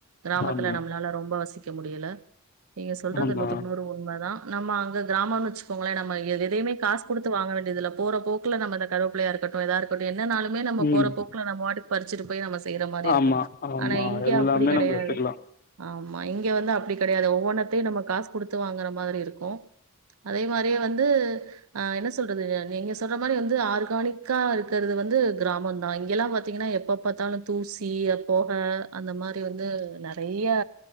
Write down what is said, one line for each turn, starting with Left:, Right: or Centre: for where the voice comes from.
Right: கிராமத்தல
Left: ஆமா
Right: நம்மளால ரொம்ப வசிக்க முடியல நீங்க சொல்றது
Left: ஆமா
Right: நூத்துக்கு நூறு உண்ம தா நம்ம அங்க கிராமம்னு வச்சுக்கோங்களே நம்ம எதயுமே காசு குடுத்து வாங்க வேண்டியதில்ல போற போக்குல நம்ம அந்த கருவேப்பிலய அறுத் கட்டு எதா இருக்கட்டு என்னனாலுமே நம்ம
Left: ம்
Right: போற போக்ல நம்ம பாட்டுக்கு பறிச்சுட்டு போய் நம்ம செய்ற மாரி இருக்கு
Left: ஆமா ஆமா
Right: ஆனா இங்க
Left: எல்லாமே
Right: அப்டி கெடயாது
Left: நம்ம எடுத்துக்கலா
Right: ஆமா இங்க வந்து அப்டி கெடையாது ஒவ்வொன்னத்தையு நம்ம காசு குடுத்து வாங்கற மாரி இருக்கு அதே மாரியே வந்து ஆ என்ன சொல்றது நீங்க சொல்ற மாரி வந்து ஆர்கானிக்கா இருக்கறது வந்து கிராமம் தா இங்கெல்லா பாத்தீங்கனா எப்ப ப பாத்தாலு தூசி பொக அந்த மாரி வந்து நெறயா